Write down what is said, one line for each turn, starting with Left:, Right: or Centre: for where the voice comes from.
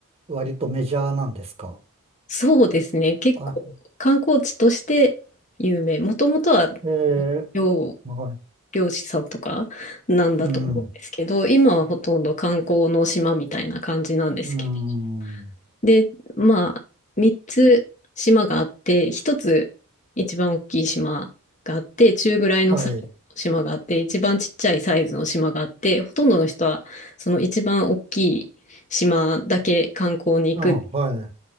Right: 割とメジャーなんですか
Left: そうですね、結構観光地として有名。
Right: あ、
Left: もともとは
Right: ええ、
Left: 漁、
Right: はい。
Left: 漁師さんとかなんだと思うんですけど、
Right: うん。
Left: 今はほとんど観光の島みたいな感じなんですけど
Right: うーん。
Left: で、まあ、3つ島があって、1つ一番大きい島があって、中ぐらいのサイズの島があって、
Right: はい。
Left: 一番ちっちゃいサイズの島があって、ほとんどの人はその一番大きい島だけ観光に行く。
Right: あ、はい。